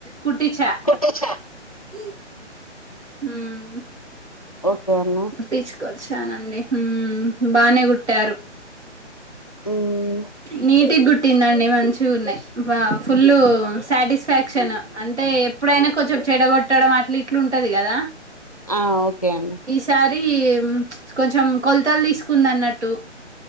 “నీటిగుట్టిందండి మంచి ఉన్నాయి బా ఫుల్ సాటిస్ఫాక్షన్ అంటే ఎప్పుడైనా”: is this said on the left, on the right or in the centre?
Right